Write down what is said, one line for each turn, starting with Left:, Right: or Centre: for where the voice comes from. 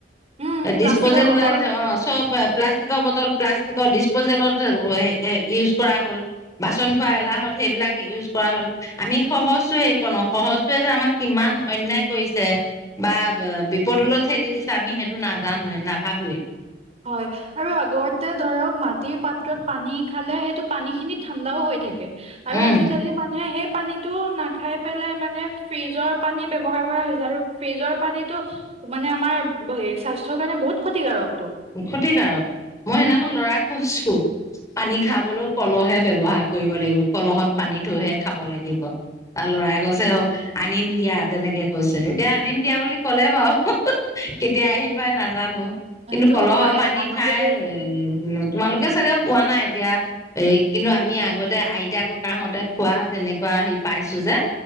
Right: উম
Left: ডিচপজেল
Right: প্লাষ্টিকৰ বটল
Left: ওলাল, অ চব ষ্টিকৰ বটল প্লাষ্টিকৰ ডিচপজেলত হে-হে ইউজ কৰা হ'ল বাচন ধোৱা
Right: হয়
Left: এলাহত। সেইবিলাক ইউজ কৰা হ'ল। আমি সহজটোৱে <unintelligible> সহজটোৱে যে আমাক কিমান অন্যায় কৰিছে। বা বিপদলৈ ঠেলি দিছে আমি সেইটো নাজানোৱে, নাভাবোৱে।
Right: হয়, আৰু আগতে ধৰক মাটিৰ পাত্ৰত পানী খালে সেইটো পানীখিনি ঠাণ্ডাও হৈ থাকে আৰু
Left: উম
Right: আজি-কালি মানুহে হে পানীত টো নাখাই পেলাই মানে ফ্ৰিজৰ পানী ব্যৱহাৰ কৰা হৈছে আৰু ফ্ৰিজৰ পানীটো টো মানে আমাৰ হে স্বাস্থ্যৰ কাৰণে বহুত ক্ষতিকাৰকটো।
Left: ক্ষতিকাৰক। মই সেদিনাখন ল'ৰাক কৈছো। পানী খাবলও কলহে ব্যৱহাৰ কৰিব লাগিব। কলহত পানী থৈহে খাব লাগিব। তাৰ ল'ৰাই কৈছে অ আনিম দিয়া। তেনেকে কৈছে। এতিয়া আনিম দিয়া বুলি ক'লে বাও। <unintelligible> কেতিয়া আহি পাই নাজানো।
Right: সেইটো
Left: কিন্তু কলহৰ
Right: হয়
Left: পানী
Right: আনো
Left: খাই
Right: বুলি
Left: উ তোমালোকে চাগে পোৱা নাই এতিয়া? এই কিন্তু আমি আগতে আইতা, ককাহঁতে খোৱা তেনেকুৱা হেই পাইছো যে।